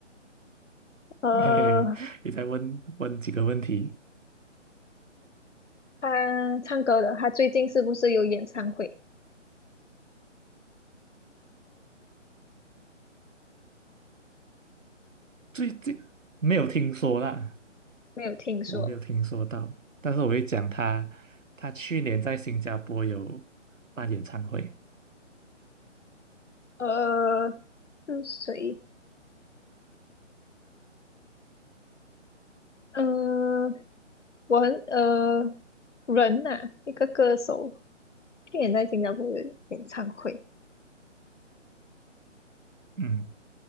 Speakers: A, on the right (about 90°); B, on the left (about 70°).
A: <laughs>
B: 呃，
A: 嘿嘿，你再问问几个问题，
B: 他唱歌的，他最近是不是有演唱会？
A: 最近没有听说啦，
B: 没有听说。
A: 我没有听说到，但是我会讲她，她去年在新加坡有办演唱会，
B: 呃，是谁？呃，我很呃人呐、一个歌手，去年在新加坡有演唱会。
A: 嗯，